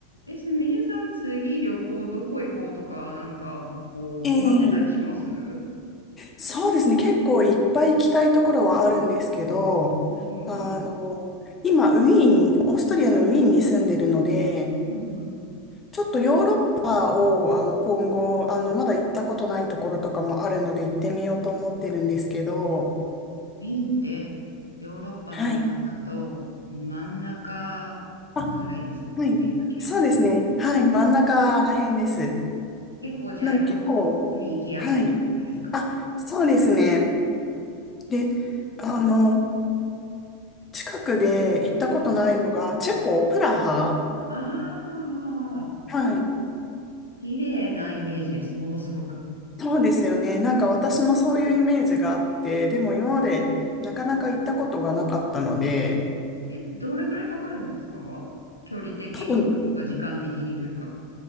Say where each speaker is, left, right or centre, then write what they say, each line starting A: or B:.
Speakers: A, on the left; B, on the left.
A: え、すみれさん、次旅行どこ行こうとか、なんか、こう、
B: ええ、
A: 決まってたりしますうん
B: そうですね。結構いっぱい行きたいところはあるんですけど、
A: うんうん。
B: あの、今、ウィーン、オーストリアのウィーンに住んでるので、
A: うんうん。
B: ちょっとヨーロッパを、あの、今後、あの、まだ行ったことないところとかもあるので行ってみようと思ってるんですけど、
A: ウィーンって、ヨーロッパの中だと、
B: はい。
A: 真ん中くらいです。
B: あ、はい。
A: でしたっけ
B: そうですね。はい。真ん中ら辺です。
A: 結構、じゃあ、
B: なんで結構、
A: いろんな方向に行きやすいですか
B: はい。あ、そうですね。で、あの、
A: こう
B: 近くで行ったことないのが、
A: はい。
B: チェコ、プラハ
A: ああ、
B: はい。
A: 綺麗なイメージです。ものすごく。
B: そうですよね。なんか私もそういうイメージがあって、でも今までなかなか行ったことがなかったので、
A: え、どれくらいかかるんですか距離的に、
B: 多分、
A: 時間的にというか。